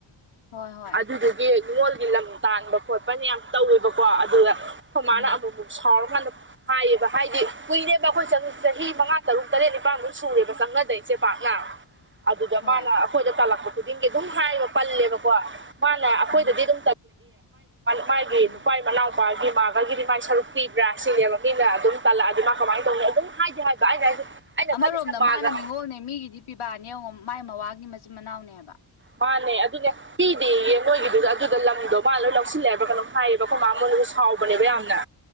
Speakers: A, on the left; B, on the right.
A: ꯍꯣꯏ ꯍꯣꯏ
B: ꯑꯗꯨꯗꯨꯒꯤ ꯅꯤꯡꯉꯣꯜꯒꯤ ꯂꯝ ꯇꯥꯟꯕ ꯈꯣꯠꯄꯅ ꯌꯥꯝ ꯇꯧꯋꯦꯕꯀꯣ ꯑꯗꯨꯗ ꯑꯩꯈꯣꯏꯃꯥꯅ
A: ꯎꯝ
B: ꯑꯃꯨꯛ ꯑꯃꯨꯛ ꯁꯥꯎꯔꯀꯥꯟꯗ ꯍꯥꯏꯌꯦꯕ ꯍꯥꯏꯗꯤ ꯀꯨꯏꯔꯦꯕ ꯑꯩꯈꯣꯏ ꯆꯍꯤ ꯃꯉꯥ ꯇꯔꯨꯛ ꯇꯔꯦꯠ ꯅꯤꯄꯥꯥꯟꯃꯨꯛ ꯁꯨꯔꯦꯕ ꯆꯪꯅꯗꯩꯁꯦ ꯄꯥꯛꯅ <unintelligible> ꯑꯗꯨꯗ
A: ꯍꯣꯏ
B: ꯃꯥꯅ ꯑꯩꯈꯣꯏꯗ ꯇꯥꯜꯂꯛꯄ ꯈꯨꯗꯤꯡꯒꯤ ꯑꯗꯨꯝ ꯍꯥꯏꯕ ꯄꯜꯂꯦꯕꯀꯣ ꯃꯥꯅ ꯑꯩꯈꯣꯏꯗꯗꯤ
A: ꯎꯝ
B: ꯑꯗꯨꯝ ꯃꯥꯒꯤ
A: ꯎꯝ
B: ꯅꯨꯄꯥꯥꯏ ꯃꯅꯥꯎ ꯃꯥꯒꯤ ꯃꯥꯘꯥꯒꯤꯗꯤ ꯃꯥꯒꯤ ꯁꯔꯨꯛ ꯄꯤꯕ꯭ꯔꯥ ꯁꯤꯅꯦꯕ ꯃꯤꯅ ꯑꯗꯨꯝ ꯇꯜꯂꯛꯑꯗꯤ ꯃꯥ ꯀꯃꯥꯏꯅ ꯇꯧꯅꯤ ꯑꯗꯨꯝ ꯍꯥꯏꯗꯤ ꯍꯥꯏꯕ ꯑꯩꯗꯤ ꯍꯥꯏꯁꯦ ꯑꯩꯅ
A: ꯑꯃꯔꯣꯝꯗ
B: ꯈꯜꯂꯤꯁꯤꯅ ꯃꯥꯒ
A: ꯃꯥꯅ ꯅꯤꯡꯉꯣꯜꯅꯦ ꯃꯤꯒꯤꯗꯤ ꯄꯤꯕꯥꯅꯦ ꯌꯦꯡꯉꯣ ꯃꯥꯏ ꯃꯋꯥꯒꯤ ꯃꯆꯤꯟ ꯃꯅꯥꯎꯅꯦꯕ
B: ꯃꯥꯅꯦ ꯑꯗꯨꯅꯦ ꯄꯤꯗꯦꯌꯦ ꯃꯣꯏꯒꯤꯗꯨꯗ ꯑꯗꯨꯗ ꯂꯝꯗꯣ ꯃꯥ ꯂꯣꯏ ꯂꯧꯁꯤꯜꯂꯦꯑꯕꯥ ꯀꯩꯅꯣꯝ ꯍꯥꯏ ꯈꯣꯏ ꯃꯥ ꯃꯣꯏꯅꯁꯨ ꯁꯥꯎꯕꯅꯦꯕ ꯌꯥꯝꯅ